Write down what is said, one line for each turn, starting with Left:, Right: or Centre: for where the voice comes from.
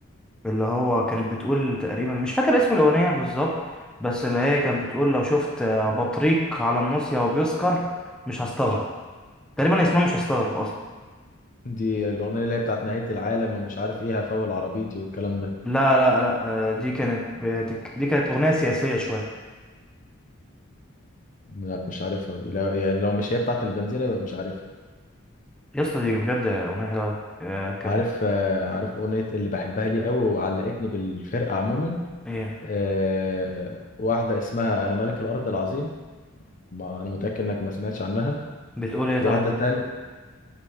Centre: اللي هو كانت بتقول تقريبا مش فاكر اسم الأغنية بالظبط بس اللي هي كانت بتقول لو شفت بطريق على الناصية وبيسكر مش هستغرب تقريبا اسمها مش هستغرب أصلا
Left: دي الاغنيه اللي هي بتاعت نهايه العالم ومش عارف ايه هفول عربيتي والكلام ده
Centre: لا لا لا آه، دي كانت بتك... دي كانت أغنية سياسية شوية
Left: لا مش عارفها لا، يعني لو مش هي بتاعت البنزيره يبقى مش عارفها
Centre: يا اسطى دي بجد أغنية حلوة أوي. آه، كان
Left: عارف آه، عارف اغنيه اللي بحبها لي قوي وعلقتني بالفرقه عموما
Centre: ايه
Left: آه، واحده اسمها انا ملك الارض العظيم ما انا متاكد انك ما سمعتش عنها
Centre: بتقول ايه طيب
Left: واحدة تانية